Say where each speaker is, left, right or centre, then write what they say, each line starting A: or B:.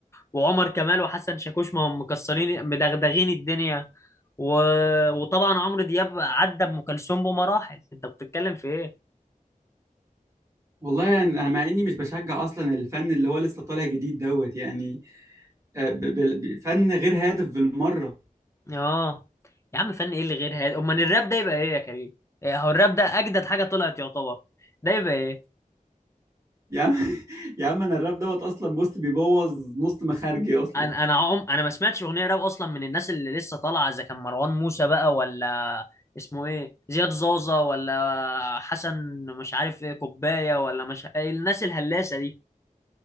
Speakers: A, on the left; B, on the right.
A: وعمر كمال وحسن شاكوش ما هم مكسرين مدغدغين الدنيا و... وطبعا عمرو دياب عدى ام كلثوم بمراحل انت بتتكلم في ايه
B: والله يعني أنا مع اني مش بشجع اصلا الفن اللي هو لسه طالع جديد دوت يعني آه، ب- ب- ب- فن غير هادف بالمرة
A: اه يا عم فن ايه اللي غير هذا امال الراب ده يبقى ايه يا كريم إيه، هو الراب ده اجدد حاجه طلعت يعتبر ده يبقى ايه
B: يا عم <laughs> يا عم انا الراب دوت اصلا بص بيبوظ نص مخارجي اصلا
A: انا انا عم انا ما سمعتش اغنيه راب اصلا من الناس اللي لسه طالعه اذا كان مروان موسى بقى ولا اسمه ايه زياد زازا ولا حسن مش عارف ايه كوبايه ولا مش إيه الناس الهلاسه دي